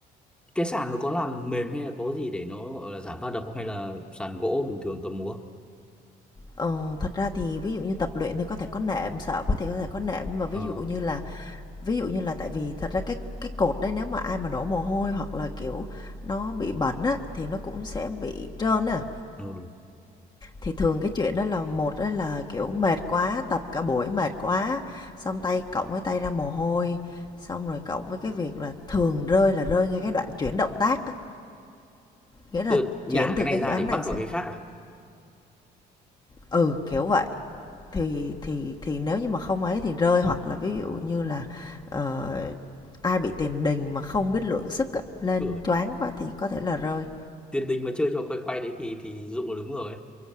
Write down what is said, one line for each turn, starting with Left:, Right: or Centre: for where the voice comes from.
Centre: cái sàn nó có làm mềm hay là có gì để nó gọi là giảm va đập không hay là sàn gỗ bình thường tầm múa
Left: Ờ, thật ra thì ví dụ như tập luyện thì có thể có nệm, sợ có thể có thể có nệm nhưng mà ví
Centre: ờ
Left: dụ như là ví dụ như là tại vì thật ra cái cái cột đấy nếu mà ai mà đổ mồ hôi hoặc là kiểu nó bị bẩn á thì nó cũng sẽ bị trơn á.
Centre: ừ.
Left: Thì thường cái chuyện đó là một đó là, kiểu, mệt quá, tập cả buổi mệt quá, xong tay cộng với tay ra mồ hôi, xong rồi cộng với cái việc là thường rơi là rơi ngay cái đoạn chuyển động tác á, nghĩa là
Centre: Tức là nhả
Left: chuyển từ
Centre: cái này
Left: cái
Centre: ra
Left: dự án
Centre: để bắt
Left: này sang
Centre: vào cái khác à
Left: ừ, kiểu vậy. Thì thì thì nếu như mà không ấy thì rơi hoặc là ví dụ như là, ờ, ai bị tiền đình mà không biết lượng sức á, lên
Centre: ừ.
Left: choáng quá thì có thể là rơi.
Centre: tiền đình mà chơi cho quay quay đấy thì thì dụ là đúng rồi